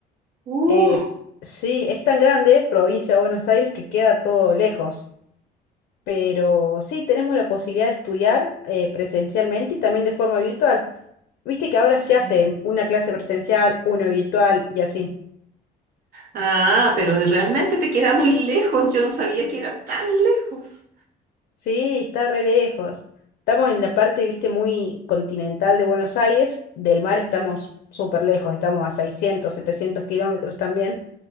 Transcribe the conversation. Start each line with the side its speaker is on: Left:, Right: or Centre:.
Right: Uh.
Left: Eh, sí, es tan grande, provincia de Buenos Aires, que queda todo lejos. Pero sí, tenemos la posibilidad de estudiar eh, presencialmente y también de forma virtual. Viste que ahora se
Right: Ujú.
Left: hace una clase presencial, una virtual y así.
Right: Ah, pero de- realmente te queda muy lejos. Yo no sabía que era tan lejos.
Left: Sí, está re lejos. Estamos en la parte, viste, muy continental de Buenos Aires. Del mar estamos súper lejos, estamos a 600, 700 kilómetros también.